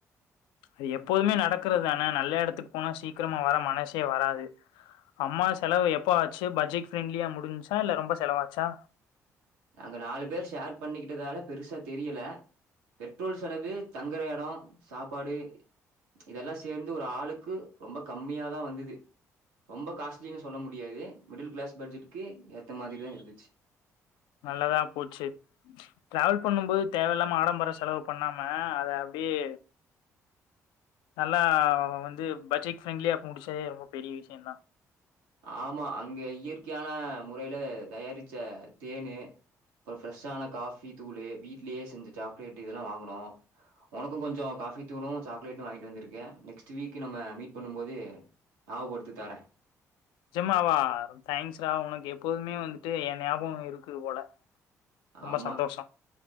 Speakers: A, on the left; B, on the right.
A: அது எப்போதுமே நடக்குறது தான நல்ல இடத்துக்கு போனா சீக்கிரமா வர மனசே வராது அம்மா செலவு எப்ப ஆச்சு பட்ஜெட் ஃப்ரெண்ட்லியா முடிஞ்ச்சா இல்ல ரொம்ப செலவாச்சா
B: நாங்க நாலு பேர் ஷேர் பண்ணிக்கிட்டதால பெருசா தெரியல பெட்ரோல் செலவு தங்கற எடோ சாப்பாடு இதெல்லா சேந்து ஒரு ஆளுக்கு ரொம்ப கம்மியாதா வந்துது ரொம்ப காஸ்ட்லின்னு சொல்ல முடியாது மிடில் கிளாஸ் பட்ஜெட்க்கு ஏத்த மாரிதா இருந்துச்சு
A: நல்லதா போச்சு டிராவல் பண்ணும்போது தேவையில்லாம ஆடம்பர செலவு பண்ணாம அத அப்டியே நல்லா வந்து பட்ஜெட் ஃப்ரெண்ட்லியா முடிச்சதே ரொம்ப பெரிய விஷ்யந்தா
B: ஆமா அங்க இயற்கையான முறைல தயாரிச்ச தேனு அப்றோ ஃப்ரெஷ்ஷான காஃபி தூளு வீ்ட்லயே செஞ்ச சாக்லேட் இதெல்லா வாங்குனோ உனக்கு கொஞ்சோ காஃபி தூளு சாக்லேட்டு வாங்கிட்டு வந்திருக்க நெக்ஸ்ட் வீக் நம்ம மீட் பண்ணும்போது நா ஒடுத்துத்தார
A: நெஜமாவா தேங்க்ஸ்ரா உனக்கு எப்போதுமே வந்துட்டு என் ஞாபகோ இருக்குது போல ரொம்ப
B: ஆமா
A: சந்தோஷோ